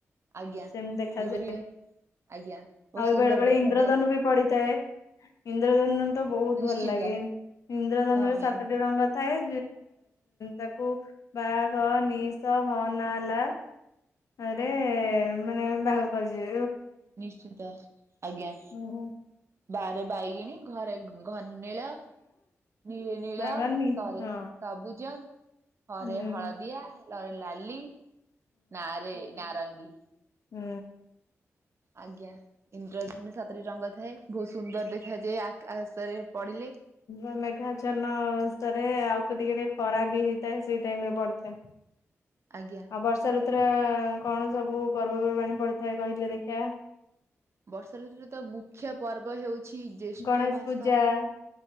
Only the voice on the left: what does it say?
ସେମିତି ଦେଖାଯାଏ
ଆଉ
ବେଳେ ବେଳେ
ଇନ୍ଦ୍ରଧନୁ ବି ପଡିଥାଏ। ଇନ୍ଦ୍ରଧନୁ ତ ବହୁତ
ଭଲ ଲାଗେ ଇନ୍ଦ୍ରଧନ
ରେ ସାତଟି ରଙ୍ଗ। ଥାଏ ତାକୁ ବା ଘ ନିଶ ହଁ ନା ଲା ଆରେ ମାନେ ବାଘ କରିଛି।
ଉଁ ହୁଁ।
ବାଘନି
ହଁ
ହୁଁ
ହୁଁ।
ଆ ମେଘାଚନ ଅବସ୍ଥାରେ ଆଉ କେ ଟିକେ ଟିକେ ଖରା ବି ହେଇଥାଏ ସେଇ ଟାଇମ ରେ ପଡିଥାଏ
ଆଉ ବର୍ଷା ଋତୁୁର କଣ ସବୁ ପର୍ବପର୍ବାଣିୀ ପଡିଥାଏ କହିଲେ ଦେଖିିବା
ଗଣେଶ
ପୂଜା